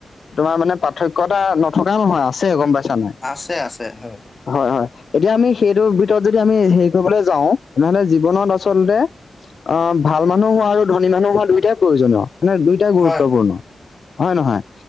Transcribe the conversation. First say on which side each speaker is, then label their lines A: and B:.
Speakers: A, on the left; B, on the left.
A: তোমাৰ মানে পাৰ্থক্য এটা নথকা নহয় আছে গম পাইছা নাই?
B: আছে আছে হয়
A: হয়, হয়। এতিয়া আমি সেইটোৰ ভিতৰত যদি আমি হেৰি কৰিবলৈ যাওঁ তেনেহলে জীৱনত আচলতে অ' ভাল মানুহ হোৱা আৰু ধনী মানুহ হোৱা দুইটাই প্ৰয়োজনীয় মানে দুইটাই গুৰুত্বপূৰ্ণ।
B: হয় হয়
A: হয় নহয়